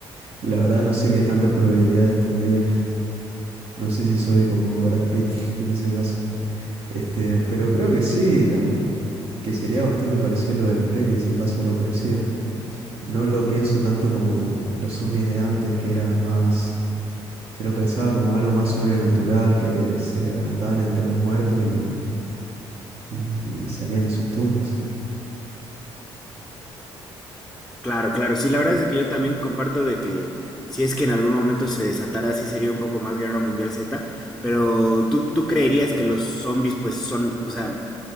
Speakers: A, on the right; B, in the centre.
A: la verdad no sé qué tantas probabilidades tendría. No sé si soy como Brad Pitt <laughs> en ese caso. Este, pero creo que sí, la, que sería bastante parecido a lo de la peli si pasa algo parecido. No lo pienso tanto como los zombies de antes, que era más, se lo pensaba como algo más sobrenatural, que se levantaban entre los muertos y, y salían de sus tumbas.
B: Claro, claro. Sí, la verdad es de que yo también comparto de que si es que en algún momento se desatara, sí sería un poco más Guerra Mundial Z, pero ¿tú, tú creerías que los zombies pues son, o sea,